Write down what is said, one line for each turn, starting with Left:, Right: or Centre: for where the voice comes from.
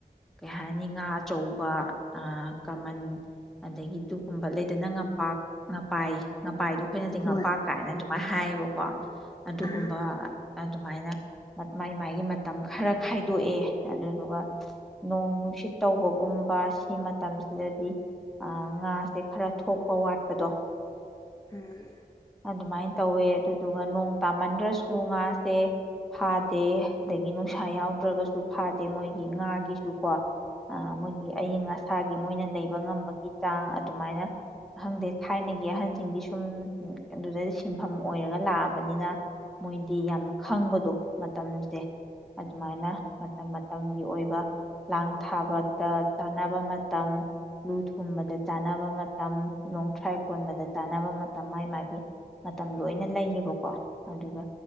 Centre: ꯀꯩ ꯍꯥꯏꯅꯤ ꯉꯥ ꯑꯆꯧꯕ ꯑꯥ ꯀꯃꯟ ꯑꯗꯒꯤ ꯑꯗꯨꯒꯨꯒꯨꯝꯕ ꯂꯩꯗꯅ ꯉꯄꯥ ꯉꯄꯥꯏ ꯄꯥꯏꯗꯣ ꯑꯩꯈꯣꯏꯅꯗꯤ ꯉꯝꯄꯥꯛ
Left: ꯍꯣꯏ
Centre: ꯀꯥꯏꯅ ꯑꯗꯨꯝ ꯍꯥꯏꯌꯦꯕꯀꯣ ꯑꯗꯨꯒꯨꯝꯕ
Left: ꯑꯥ
Centre: ꯑꯗꯨꯃꯥꯏꯅ ꯃꯥꯏ ꯃꯥꯥꯏꯒꯤ ꯃꯇꯝ ꯈꯔ ꯈꯥꯏꯗꯣꯛꯑꯦ ꯑꯗꯨꯗꯨꯒ ꯅꯣꯡ ꯅꯨꯡꯁꯤꯠ ꯇꯧꯕꯒꯨꯝꯕ ꯁꯤ ꯃꯇꯝꯁꯤꯗꯗꯤ ꯉꯥꯁꯦ ꯈꯔ ꯊꯣꯛꯄ ꯋꯥꯠꯄꯗꯣ
Left: ꯎꯝ
Centre: ꯑꯗꯨꯃꯥꯏꯅ ꯇꯧꯋꯦ ꯑꯗꯨꯗꯨꯒ ꯅꯣꯡ ꯇꯥꯃꯟꯗ꯭ꯔꯁꯨ ꯎ ꯉꯥꯁꯦ ꯐꯥꯗꯦ ꯑꯗꯒꯤ ꯅꯨꯡꯁꯥ ꯌꯥꯎꯗ꯭ꯔꯒꯁꯨ ꯐꯥꯗꯦ ꯃꯣꯏꯒꯤ ꯉꯥꯒꯤꯁꯨꯀꯣ ꯑ ꯃꯣꯏꯒꯤ ꯑꯏꯪ ꯑꯁ ꯁꯥꯒꯤ ꯃꯣꯏꯅ ꯂꯩ ꯉꯝꯕꯒꯤ ꯛ ꯆꯥꯡ ꯑꯗꯨꯃꯥꯏꯅ ꯍꯪꯗꯦ ꯊꯥꯏꯅꯒꯤ ꯑꯍꯟꯁꯤꯡꯗꯤ ꯁꯨꯝ ꯑꯗꯨꯗ ꯁꯤꯟ ꯃꯐꯝ ꯑꯣꯏꯔꯒ ꯂꯥꯛꯑꯕꯅꯤꯅ ꯃꯣꯏꯗꯤ ꯌꯥꯝ ꯈꯪꯕꯗꯣ ꯃꯇꯝꯁꯦ ꯑꯗꯨꯃꯥꯏꯅ ꯃꯇꯝ ꯃꯇꯝꯒꯤ ꯑꯣꯏꯕ ꯂꯥꯡ ꯊꯥꯕꯗ ꯆꯥꯅꯕ ꯃꯇꯝ ꯂꯨ ꯊꯨꯝꯕꯗ ꯆꯥꯅꯕ ꯃꯇꯝ ꯂꯣꯡ ꯇ꯭ꯔꯥꯏ ꯀꯣꯟꯕꯗ ꯆꯥꯅꯕ ꯃꯇꯝ ꯃꯥꯥꯏ ꯃꯥꯒꯤ ꯃꯇꯝ ꯂꯣꯏꯅ ꯂꯩꯌꯦꯕꯀꯣ ꯑꯗꯨꯒ